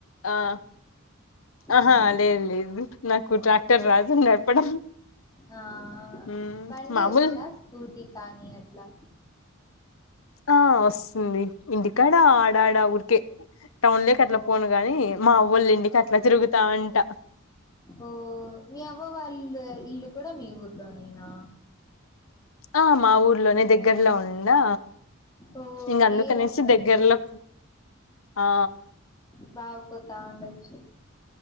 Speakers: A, on the left; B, on the left.
A: ఆ ఆహా
B: మ్మ్.
A: లేదు లేదు నాకు ట్రాక్టర్
B: ఓ
A: రాదు నడపడం
B: ఆ
A: మ్మ్
B: బండి
A: మామూలు
B: వచ్చా స్కూటీ కానీ అట్లా
A: ఆ వస్తుంది ఇంటికాడా ఆడాఇడా ఊరికే టౌన్ లోకి అట్లా
B: ఓ
A: పోను గాని మా్వళ ఇంటికి అట్లా తిరుగుతాఉంటా
B: ఓ మీ అవ్వ వాళ్ళు ఇల్లు కూడా మీ ఊర్లో నేనా
A: ఆ మా ఊర్లోనే దగ్గరలో ఉందా
B: ఓ
A: ఇంక
B: మేలు
A: అందుకనేసి
B: అట్లుంటే
A: దగ్గరలో ఆ
B: బావ కోత ఉండొచ్చు